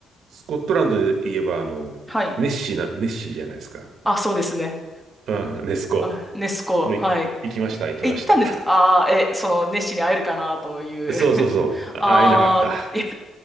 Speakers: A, on the right; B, in the centre.
A: スコットランドで言えば、あの、
B: はい。
A: ネッシーな、ネッシーじゃないですか。
B: あ、そうですね。
A: うん、ネスコ。
B: あ、ネスコ、
A: もう行き、
B: はい。
A: 行きました、
B: いえ行ったんですかああー、
A: 行きました。<laughs>
B: え、その、ネッシーに会えるかなという。
A: そうそうそう。
B: <laughs>
A: あ会えなかった。
B: ああ、いや